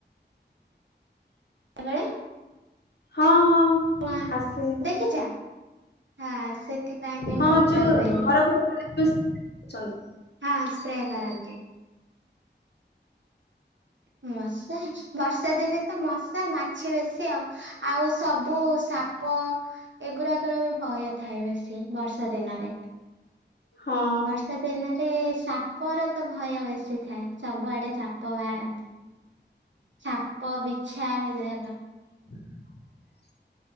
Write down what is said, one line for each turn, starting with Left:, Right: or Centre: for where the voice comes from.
Right: <unintelligible>
Left: ହଁ ହଁ
Right: ଧୂଆଁ
Left: ଆସେ।
Right: ଦେଖିଛ ହଁ ସେଥିପାଇଁ ବି
Left: ହଁ
Right: ମଶା
Left: ଯୋଉ
Right: ହୁଏନି।
Left: ଘର ଘର ବୁଲି ଚନ୍ତି।
Right: ହଁ ସ୍ପ୍ରେକରାନ୍ତି। ମଶା। ବର୍ଷା ଦିନେ ତ ମଶା ମାଛି ବେଶୀ ଆଉ ଆଉ ସବୁ ସାପ ଏଗୁଡାକର ବି ଭୟ ଥାଏ ବେଶୀ ବର୍ଷା ଦିନରେ।
Left: ହଁ
Right: ବର୍ଷା ଦିନରେ ସାପ ର ତ ଭୟ ବେଶୀ ଥାଏ ସବୁଆଡେ ସାପ ବାହାରନ୍ତି। ସାପ ବିଛା ଏଗୁଡାକ।
Left: <inaudible>